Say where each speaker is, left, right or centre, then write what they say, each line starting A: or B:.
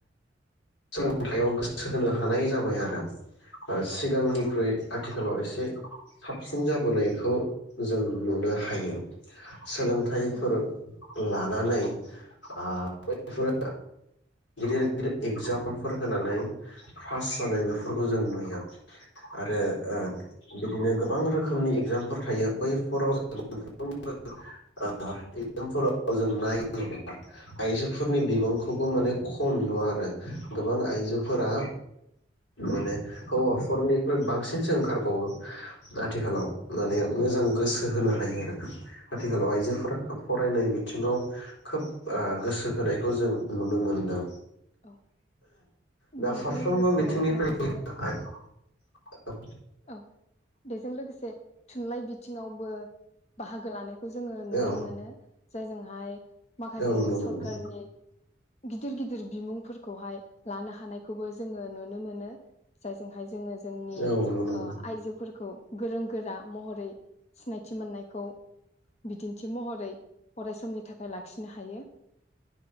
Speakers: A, on the left (about 80°); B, on the left (about 35°).
A: सोलोंथायाइयाव गोसो होनो हानाय जाबाय आरो सिगांनिख्रुइ आथिखालाव एसे साबसिन जाबोनायखौ जों नुनो हायो। सोलोंथाइफोर
B: औ
A: लानानै नानै अ बफोर गिदिर गिदिर एगजामफोर होनानै पास जानाय बेफोरखौ जों नुयो। आरो आ बिदिनो गोबां रोखोमनि इग्जामफोर थायो बैफोराव जों मोनफ्रोमबो एग्जामफोराव जों नायो। आयजोफोर फोरनि बिबांखौबो माने खम नुवा आरो। <unintelligible> गोबां आइजोफोरा माने हौवाफोरनिख्रुइ बांसिनसो ओंखारबावो आथिखालाव माने मोजां गोसो होनो हायो आरो आथिखालाव आइजोफोरा
B: औ
A: फरायनाय बि थिङाव खोब ओ गोसो होनायखौ जों नुनो मोनदों।
B: औ
A: दा
B: बेजों
A: फारफ्रोमबो
B: लोगोसे
A: बिथिंनिफ्राय
B: माखासे
A: <unintelligible>
B: औ बेजों लोगोसे थुनलाइ बिथिङावबो बाहागो लानायखौ जोङो नुनो
A: औ
B: मोनो। जायजोंहाय माखासे
A: नुनो मोनो
B: सरखारारनि गिदिर गिदिर बिमुंफोरखौहाय लानो हानायखौबो जोङो नुनो मोनो जायजोंहाय जोङो
A: औ मोनो
B: अ आइजोफोर खौ गोरों गोरा महरै सिनायथि मोननायखौ बिदिन्थि महरै अराय समनि थाखाय लाखिनो हायो।